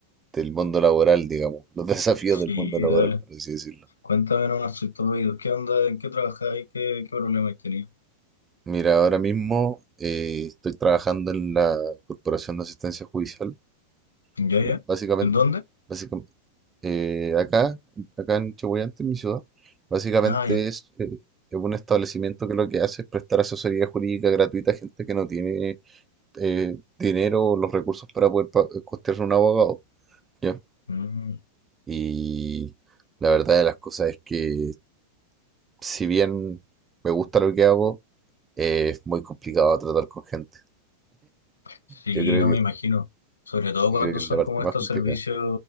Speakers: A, on the right; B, on the left.
A: del mundo laboral, digamos, <laughs> los desafíos
B: Sí,
A: del mundo laboral,
B: dale.
A: por así decirlo.
B: Cuéntame nomás, soy todo oídos. ¿Qué onda? ¿En qué trabajabas ¿Qué, qué problema has tenido?
A: Mira, ahora mismo eh, estoy trabajando en la Corporación de Asistencia Judicial.
B: ¿Ya,
A: Lo-
B: ya?
A: Básicamente
B: ¿En dónde?
A: Básicamente, eh, acá, acá en Chahuayante, en mi ciudad, básicamente
B: Ah, ya.
A: es, eh, es un establecimiento que lo que hace es prestar asesoría jurídica gratuita a gente que no tiene eh, dinero o los recursos para poder pa- eh, costearse un abogado. ¿ya?
B: Mm,
A: Y la verdad de las cosas es que, si bien me gusta lo que hago, eh, es muy complicado tratar con gente.
B: sí,
A: Yo creo
B: no
A: que,
B: me imagino. Sobre todo
A: yo
B: cuando
A: creo que
B: son
A: es la parte
B: como estos
A: más complicada.
B: servicios,